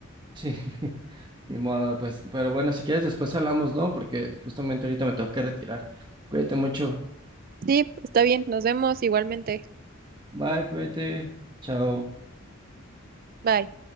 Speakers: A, on the right; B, on the right.
A: Sí, <laughs> ni modo, pues. Pero bueno, si quieres después hablamos, ¿no? Porque justamente ahorita me tengo que retirar. Cuídate mucho.
B: Sí, está bien, nos vemos igualmente.
A: Bye, cuídate. Chao.
B: Bye.